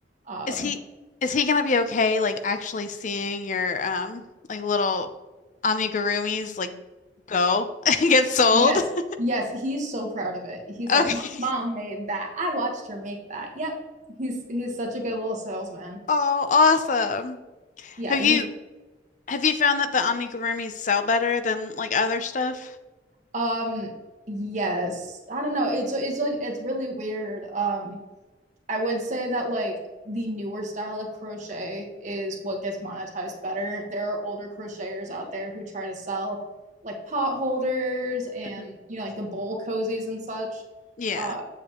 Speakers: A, on the right; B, on the left.
A: Um,
B: Is he is he gonna be okay like actually seeing your um like little amigurumis like go <laughs> and get sold?
A: yes,
B: <laughs>
A: yes, he's so proud of it. He's
B: Okay.
A: like, my mom made that. I watched her make that. Yep. He's he's such a good little salesman.
B: Oh, awesome.
A: Yeah,
B: Have
A: he's
B: you have you found that the amigurumis sell better than like other stuff?
A: um yes. I don't know. It's it's like it's really weird. Um I would say that like the newer style of crochet is what gets monetized better. There are older crocheters out there who try to sell like pot holders and
B: Mhm.
A: you know like the bowl cozies and such.
B: Yeah.
A: Uh,